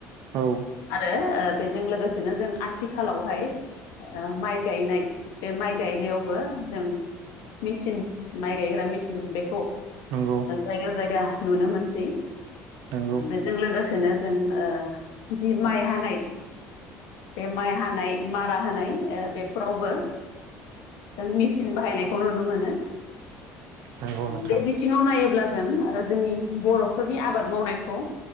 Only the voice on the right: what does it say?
औ।
नंगौ
नंगौ
नंगौ नोंथां